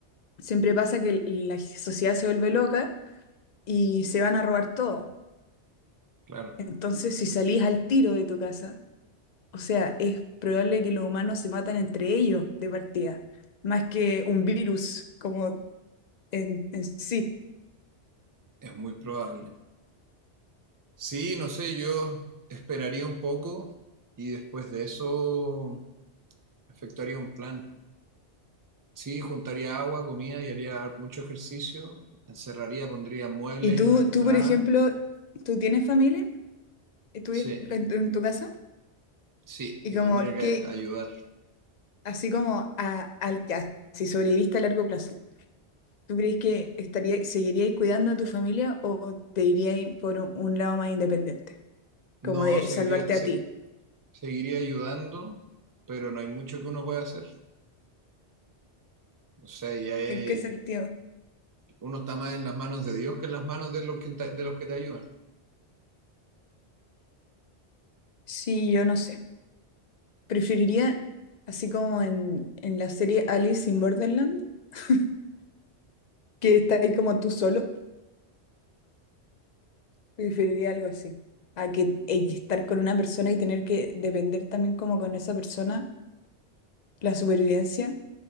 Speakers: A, on the left; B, on the right.
A: siempre pasa que la sociedad se vuelve loca y se van a robar todo.
B: Claro,
A: Entonces, si salís al tiro de tu casa, o sea, es probable que los humanos se matan entre ellos de partida, más que un virus como en, en sí.
B: es muy probable. Sí, no sé, yo esperaría un poco y después de eso efectuaría un plan. Sí, juntaría agua, comida y haría mucho ejercicio. Encerraría, pondría muebles
A: Y tú,
B: en la entrada.
A: tú, por ejemplo, ¿tú tienes familia? ¿Y ¿Tú
B: Sí,
A: vives en tu, en tu casa?
B: sí,
A: Y
B: y
A: como
B: tendría que
A: que,
B: ayudar.
A: así como a, al- ya, si sobreviviste a largo plazo. ¿Tú crees que estaría, seguiríais cuidando a tu familia o te iríais por un, un lado más independiente?
B: No,
A: Como de
B: seguiría,
A: salvarte
B: se-
A: a ti.
B: seguiría ayudando, pero no hay mucho que uno pueda hacer. O sea, ya es
A: ¿En qué sentido?
B: uno está más en las manos de Dios que en las manos de los que, te- de los que te ayudan.
A: Sí, yo no sé. Preferiría, así como en, en la serie Alice in Borderland, <laughs> que está ahí como tú solo, preferiría algo así. A que eh, estar con una persona y tener que depender también como con esa persona, la supervivencia,